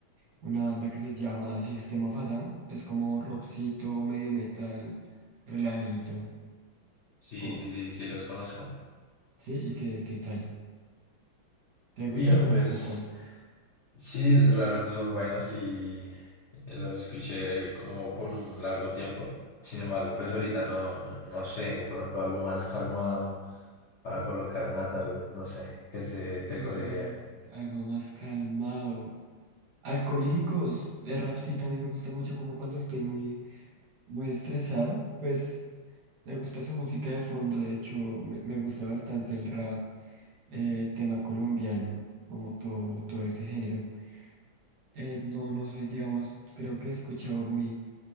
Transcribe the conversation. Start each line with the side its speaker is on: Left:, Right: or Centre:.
Right: una banda que se llama System of a Down, es como rockcito, medio metal, relajadito,
Left: Sí,
Right: o
Left: sí, sí, sí, los conozco.
Right: sí, ¿y qué, qué tal? ¿Te gusta
Left: Bien,
Right: o no,
Left: pues...
Right: Pocón?
Left: Sí, realmente son buenos y eh, los escuché como por un largo tiempo. Sin embargo, pues ahorita no, no, no sé, de pronto algo más calmado para colocar en la tarde, no sé, qué se
Right: Eh,
Left: te ocurriría.
Right: algo más calmado. Alcolíricos, el rapcito a mí me gusta mucho como cuando estoy muy muy estresado, pues me gusta su música de fondo, de hecho me, me gusta bastante el rap, eh, tema colombiano, como todo, todo ese género. Eh, no, no soy, digamos, creo que he escuchado muy,